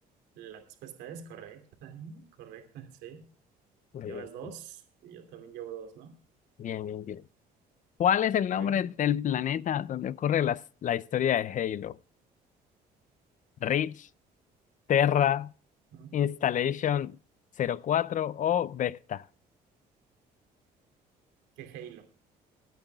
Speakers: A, on the right (about 90°); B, on the left (about 50°).
A: la respuesta es correcta, ¿eh? Correcta, sí.
B: Bien,
A: Llevas dos y yo también llevo dos, ¿no?
B: bien, bien. ¿Cuál es el nombre
A: Ok,
B: del planeta donde ocurre las- la historia de Halo? Reach, Terra,
A: ¿no?
B: Installation 04 o Vecta.
A: ¿Qué Halo?